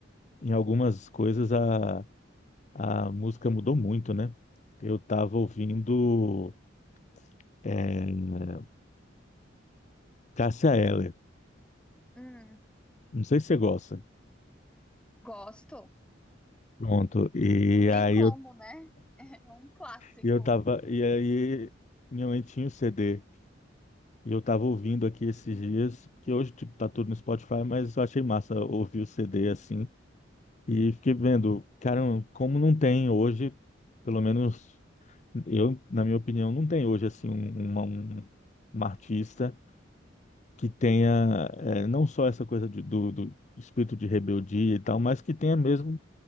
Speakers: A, on the left; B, in the centre.
A: em algumas coisas a, a música mudou muito, né? Eu tava ouvindo é, Cássia Eller.
B: Hum,
A: Não sei se você gosta.
B: gosto.
A: Pronto. E
B: Não tem
A: aí
B: como,
A: eu,
B: né? <laughs> É um clássico.
A: eu tava. E aí minha mãe tinha o CD. E eu tava ouvindo aqui esses dias, que hoje, tipo, tá tudo no Spotify, mas eu achei massa ouvir o CD assim. E fiquei vendo, cara, como não tem hoje, pelo menos eu, na minha opinião, não tem hoje assim um- uma, um- uma artista que tenha eh, não só essa coisa de- do, do espírito de rebeldia e tal, mas que tenha mesmo.